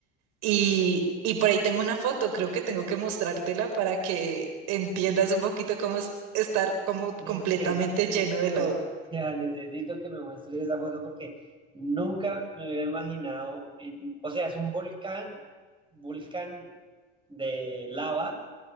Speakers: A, on the right (about 65°); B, on the right (about 15°).
A: Y, y por ahí tengo una foto, creo que tengo que mostrártela para que entiendas un poquito cómo es estar como
B: Necesito,
A: completamente lleno de lodo.
B: ya necesito que me muestres esa foto porque nunca me hubiera imaginado en, o sea, es un volcán, volcán de lava,